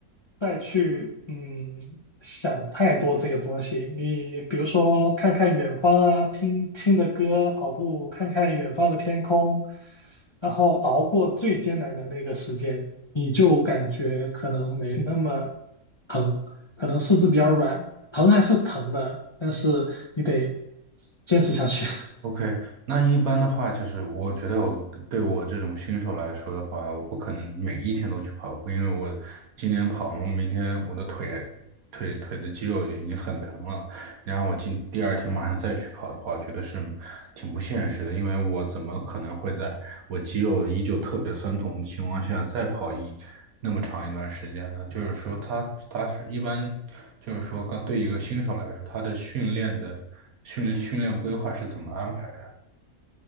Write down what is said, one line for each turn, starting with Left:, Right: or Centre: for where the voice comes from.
Left: 再去嗯想太多这个东西。你比如说看看远方啊，听听着歌跑步，看看远方的天空，然后熬过最艰难的那个时间，你就感觉可能没那么疼，可能四肢比较软，疼还是疼的，但是你得坚持下去。<laughs>
Right: OK，那一般的话，就是我觉得我对我这种新手来说的话，我不可能每一天都去跑步，因为我今天跑嘛，明天我的腿腿腿的肌肉也已经很疼了，然后我今第二天马上再去跑的话，觉得是挺不现实的，因为我怎么可能会在我肌肉依旧特别酸痛的情况下再跑一那么长一段时间呢？就是说他，他是一般，就是说，刚对一个新手来说，他的训练的训训练规划是怎么安排的？